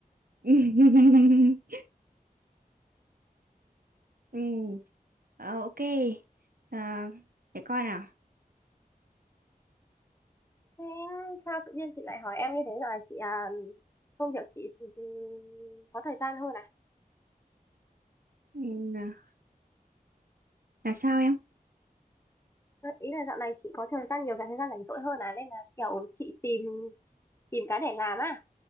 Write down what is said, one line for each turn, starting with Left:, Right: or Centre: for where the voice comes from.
Right: <laughs> ừ, ờ, ok à, để coi nào
Left: thế sao tự nhiên chị lại hỏi em như thế rồi chị à công việc chị ừ, ừ, có thời gian hơn à
Right: ừ, là sao em
Left: Ờ, ý là dạo này chị có thời gian nhiều dành thời gian rảnh rỗi hơn à nên là kiểu chị tìm tìm cái để làm à